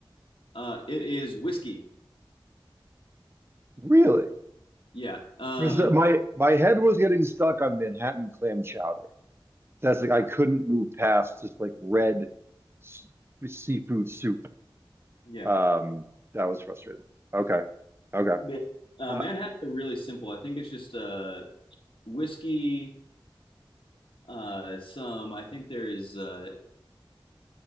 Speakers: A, on the left; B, on the right.
A: Uh, it is whiskey.
B: Really?
A: Yeah. Um,
B: Because my my head was getting stuck on Manhattan clam chowder. That's like I couldn't move past just like red s- seafood soup.
A: yeah.
B: Um, that was frustrating. Okay, okay.
A: Yeah. Uh,
B: Uh,
A: Manhattans are really simple. I think it's just uh, whiskey, uh, some, I think there is, uh,